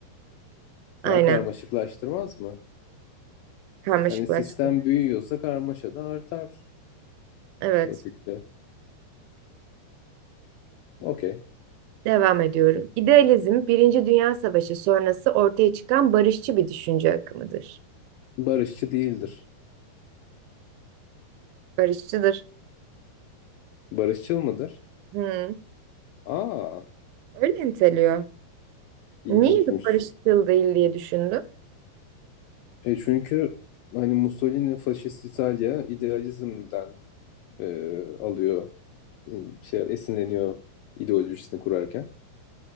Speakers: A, on the right; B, on the left.
A: Aynen,
B: Daha karmaşıklaştırmaz mı?
A: karmaşıklaştı.
B: Hani sistem büyüyorsa karmaşa da artar
A: Evet,
B: basitçe. Okey.
A: devam ediyorum. İdealizm, Birinci Dünya Savaşı sonrası ortaya çıkan barışçı bir düşünce akımıdır.
B: Barışçı değildir.
A: Barışçıdır.
B: Barışçıl mıdır?
A: Hı,
B: Aa,
A: öyle niteliyor.
B: ilginçmiş.
A: Niye bir barışçıl değil diye düşündüm.
B: E çünkü hani Mussolini faşist İtalya idealizmden e, alıyor, e, şey esinleniyor ideolojisini kurarken.